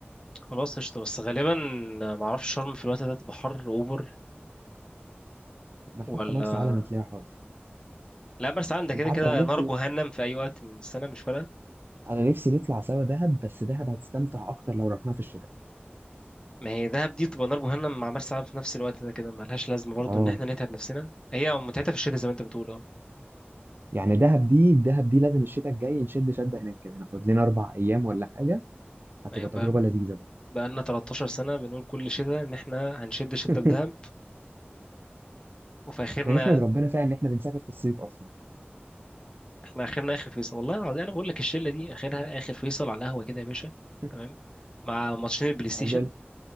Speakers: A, on the left; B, on the right.
A: خلاص قشطة بس غالبا معرفش شرم في الوقت ده تبقى حر اوفر
B: ما حتى
A: ولا
B: مرسى علم هتلاقيها حر
A: لا مرسى علم ده كده
B: انت عارف
A: كده
B: انا
A: نار
B: نفسي
A: جهنم في اي وقت من السنة مش فارقة
B: انا نفسي نطلع سوا دهب بس دهب هتستمتع اكتر لو رحناها في الشتاء
A: ما هي دهب دي تبقى نار جهنم مع مرسى علم في نفس الوقت ده كده ملهاش لازمة برضو
B: اه
A: ان احنا نتعب نفسنا هي متعتها في الشتاء زي ما انت بتقول اه
B: يعني دهب دي دهب دي لازم الشتاء الجاي نشد شدة هناك كده ناخد لنا اربع ايام ولا حاجة هتبقى
A: يعني بقى
B: تجربة لذيذة بقى
A: بقالنا 13 سنة بنقول كل شتاء ان احنا هنشد شدة
B: <laughs>
A: في دهب وفي اخرنا
B: احنا نحمد ربنا فعلا ان احنا بنسافر في الصيف اصلا
A: احنا اخرنا اخر فيصل والله العظيم انا بقول لك الشلة دي اخرها اخر فيصل على القهوة كده يا باشا
B: <laughs>
A: تمام مع ماتشين البلاي ستيشن
B: عايز